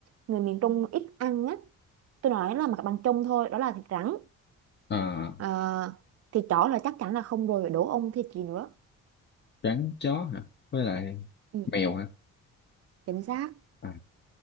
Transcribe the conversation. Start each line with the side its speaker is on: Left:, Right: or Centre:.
Right: người miền Trung ít ăn á tôi nói là mặt bằng chung thôi đó là thịt rắn
Left: à,
Right: Ờ, thịt chó là chắc chắn là không rồi đố ông thịt gì nữa
Left: rắn chó hả với lại
Right: ừ,
Left: mèo hả
Right: chính xác
Left: à,